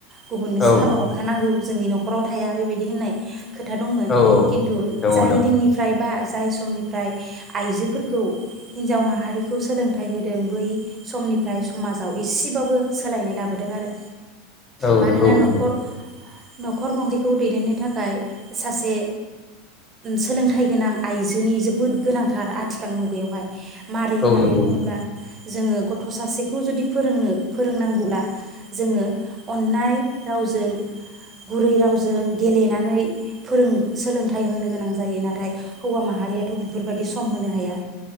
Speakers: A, on the right; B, on the left.
A: गुबुननोसो
B: औ
A: हाबा हरखानांगौ जोंनि न'खराव थाया बेबायदि होननाय खोथा दंमोन
B: औ
A: खिन्थु
B: दङ
A: जाय
B: दं
A: दिननिफ्राय बा। जाय समनिफ्राय आइजोफोरखौ हिनजाव माहारिखौ सोलोंथाइ होदों बै समनिफ्राय समाजाव एसेबाबो सोलायनाय लाबोदों आरो।
B: औ
A: मानोना
B: नंगौ नंगौ
A: न'खर। न'खर गंसेखौ दैदेननो थाखाय। थाखाय सासे सोलोंथाइ गोनां आइजोनि जोबोद गोनांथार आथिखाल मुगायावहाय। मारिै होननानै
B: औ नंगौ
A: बुङोब्ला। जोङो गथ' सासेखौ जुदि फोरोंनो फोरोंनांगौब्ला जोङो अन्नाय रावजों गुरै रावजों गेलेनानै। फोरों सोलोंथाइ होनो गोनां जायो नाथाय हौवा माहारियाथ' बेफोरबायाददि सम होनो हाया।